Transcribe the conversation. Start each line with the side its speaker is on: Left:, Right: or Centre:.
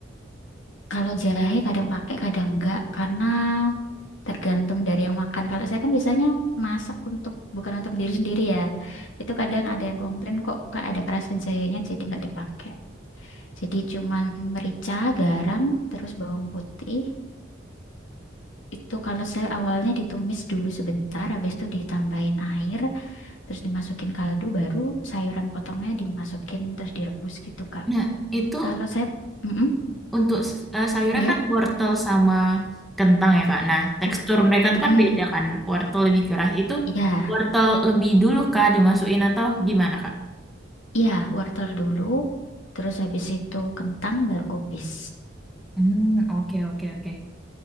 Left: kalau jahe kadang pakai kadang enggak karena tergantung dari yang makan kalau saya kan biasanya masak untuk bukan untuk diri sendiri ya itu kadang ada yang komplain kok Kak, ada kerasa jahenya jadi nggak dipakai Jadi cuman merica, garam, terus bawang putih. Itu kalau saya awalnya ditumis dulu sebentar, habis itu ditambahin air, terus dimasukin kaldu, baru sayuran potongnya dimasukin terus direbus gitu, Kak.
Centre: Nah, itu
Left: Kalau saya, mm
Centre: untuk s- eh, sayurnya
Left: ya,
Centre: kan wortel sama kentang ya Kak. Nah, tekstur
Left: ku,
Centre: mereka
Left: mm
Centre: tuh kan beda kan. Wortel lebih keras itu
Left: ya,
Centre: wortel lebih dulu Kak dimasukin atau gimana Kak?
Left: ya, wortel dulu, terus habis itu kentang, baru kubis.
Centre: Hmm, oke oke oke.